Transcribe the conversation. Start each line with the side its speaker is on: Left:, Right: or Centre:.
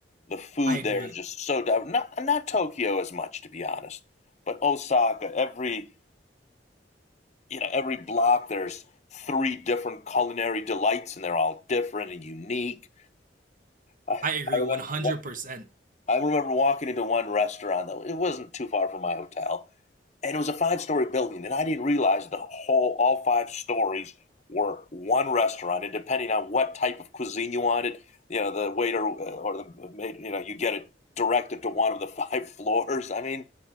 Left: The food
Right: I agree.
Left: there is just so diverse. not not Tokyo as much to be honest, but Osaka. Every you know every block there's three different culinary delights, and they're all different and unique. I, I
Right: I agree
Left: remember
Right: 100%.
Left: I remember walking into one restaurant that it wasn't too far from my hotel, and it was a five story building and i didn't realize the whole all five stories were one restaurant and depending on what type of cuisine you wanted you know the waiter uh, or the maid you know you get it directed to one of the <laughs> five floors i mean